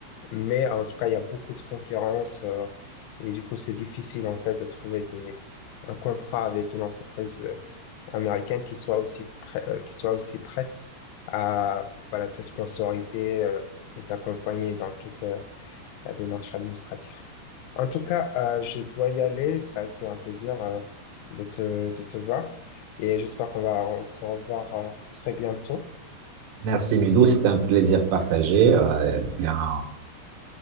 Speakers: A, on the left (about 80°); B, on the right (about 75°).
A: Mais en tout cas, il y a beaucoup de concurrence euh, et du coup, c'est difficile en fait de trouver des, un contrat avec une entreprise euh, américaine qui soit aussi prête, qui soit aussi prête à voilà, te sponsoriser euh, et t'accompagner dans toute euh, la démarche administrative. En tout cas, euh, je dois y aller. Ça a été un plaisir euh, de te, de te voir et j'espère qu'on va se revoir euh, très bientôt.
B: Merci, Midou, c'est un plaisir partagé. Euh, et bien, à